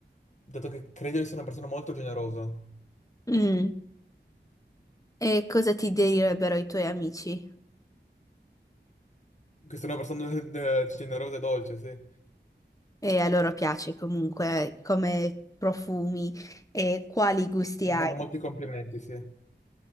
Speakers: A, on the left; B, on the left.
A: dato che credo di essere una persona molto generosa.
B: Mm. E cosa ti direbbero i tuoi amici?
A: Che sono una persona eh, generosa e dolce, sì.
B: E a loro piace comunque come profumi e quali gusti
A: Mi
B: hai?
A: fanno molti complimenti, sì.